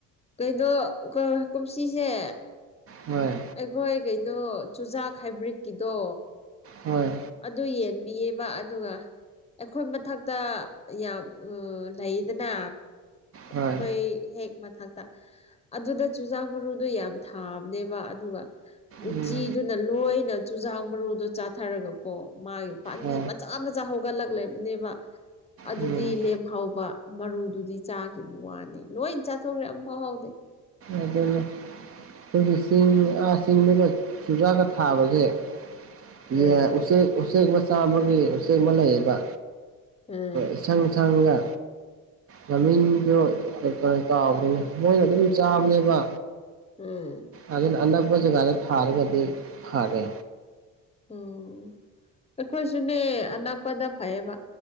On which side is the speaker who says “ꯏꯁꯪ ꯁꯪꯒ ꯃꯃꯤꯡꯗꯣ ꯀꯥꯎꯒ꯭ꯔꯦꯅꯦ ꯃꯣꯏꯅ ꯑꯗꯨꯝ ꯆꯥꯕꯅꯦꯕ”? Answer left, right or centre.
Right